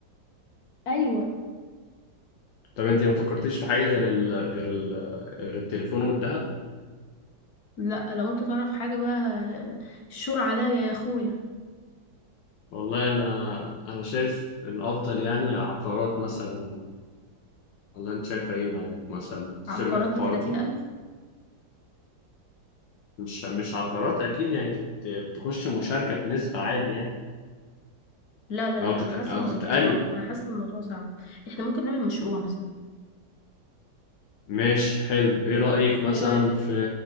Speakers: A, on the left; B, on the left.
A: ايوه
B: طب أنت ما فكرتيش في حاجة غير ال... غير ال... غير التليفون والذهب؟
A: لا لو انت تعرف حاجه بقى آه، الشور عليا يا اخويا
B: والله أنا أنا شايف الأفضل يعني عقارات مثلا ولا أنت شايفة إيه ما- مثلا ممكن تشتركي
A: عقارات
B: في الحوارات
A: ب 30
B: دي؟
A: الف
B: مش مش عقارات أكيد يعني ت- تخش مشاركة بنسبة عالية يعني
A: لا لا لا
B: أو تت...
A: انا
B: أو
A: حاسه الموضوع
B: تتقلي
A: صعب انا حاسه الموضوع صعب احنا ممكن نعمل مشروع مثلا
B: ماشي حلو إيه رأيك مثلا
A: ايه رايك
B: في